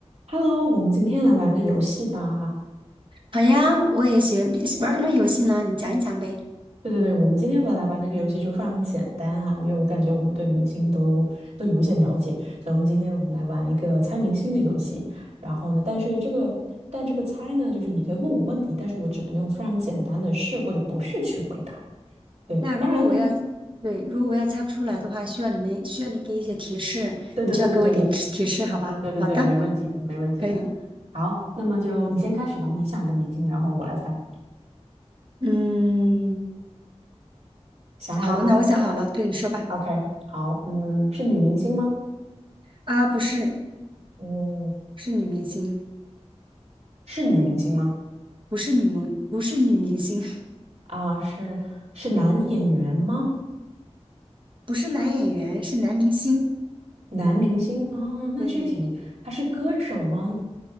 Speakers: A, on the right; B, on the right.
A: Hello，我们今天来玩个游戏吧。
B: 好呀，我也喜欢玩儿什么游戏呢？你讲一讲呗。
A: 对对对，我们今天来玩那个游戏就非常简单哈，因为我感觉我们对明星都都有一些了解，所以我们今天我们来玩一个猜明星的游戏。然后呢，但是这个但这个猜呢，就是你可以问我问题，但是我只能用非常简单的是或者不是去回答。对，
B: 那如果我要，
A: 当然呢，
B: 对，如果我要猜不出来的话，需要你们需要你给一些提示，
A: 对对对对对，
B: 你就要给我一点提提示，
A: 我
B: 好吧？
A: 对对对，
B: 好的，
A: 没问题的，没问题的。
B: 可以。
A: 好，那么就你先开始吧，你想一个明星，然后我来猜。
B: 嗯，
A: 想好了吗
B: 好，那我想好了，对你说吧。
A: ？OK，好，嗯，是女明星吗？
B: 啊，不是，
A: 嗯，
B: 是女明星，
A: 是女明星吗？
B: 不是女萌，不是女明星，
A: 啊，是是男演员吗？
B: <laughs> 不是男演员，是男明星。
A: 男明星哦，那具体他是歌手吗？
B: 对，